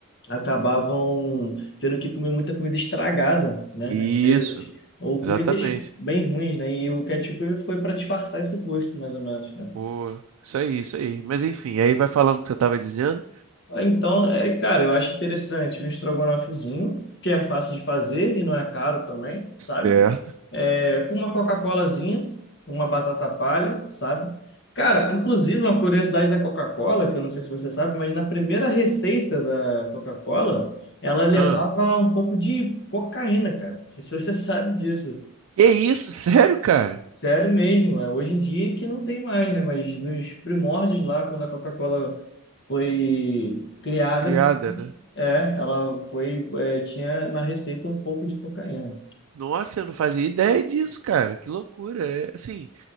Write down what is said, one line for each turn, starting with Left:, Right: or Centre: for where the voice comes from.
Left: acabavam tendo que comer muita comida estragada, né?
Right: Isso,
Left: Às vezes, ou
Right: exatamente.
Left: comidas bem ruins, né? E o ketchup foi para disfarçar esse gosto, mais ou menos, né?
Right: Pô, isso aí, isso aí. Mas enfim, aí vai falando o que você tava dizendo.
Left: Ah, Então, é, cara, eu acho interessante um estrogonofezinho, que é fácil de fazer e não é caro também, sabe?
Right: Certo.
Left: É, com uma Coca-Colazinha, uma batata palha, sabe? Cara, inclusive, uma curiosidade da Coca-Cola, que eu não sei se você sabe, mas na primeira receita da Coca-Cola, ela levava
Right: Ah,
Left: um pouco de cocaína, cara. Não sei se você <laughs> sabe disso.
Right: que isso? <laughs> Sério, cara?
Left: Sério mesmo, é, hoje em dia que não tem mais, né? Mas nos primórdios lá, quando a Coca-Cola foi criada,
Right: Criada, né?
Left: é, ela foi, é, tinha na receita um pouco de cocaína.
Right: Nossa, eu não fazia ideia disso, cara. Que loucura. É, assim,